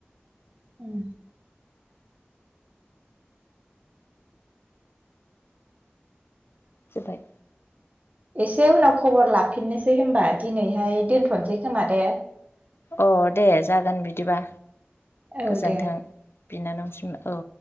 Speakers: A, on the right; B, on the left.
A: उम
B: जोबबाय
A: एसे उनाव खबर लाफिननोसै होनबा दिनैहाय दोनथ'सै खोमा दे
B: अ दे जागोन बिदिबा
A: औ
B: गोजोन्थों
A: दे।
B: बिनानाव सिम औ